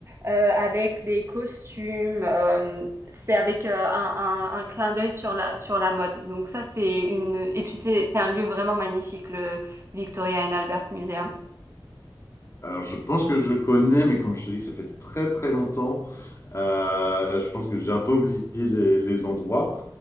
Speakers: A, on the right (about 30°); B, on the left (about 35°).
A: euh, avec des costumes. euh, c'est avec euh, un, un- un clin d'œil sur la, sur la mode. Donc ça, c'est une... Et puis c'est, c'est un lieu vraiment magnifique, le Victoria and Albert Museum.
B: Alors, je pense que je connais, mais comme je te dis, ça fait très très longtemps. Euh, je pense que j'ai un peu oublié les, les endroits.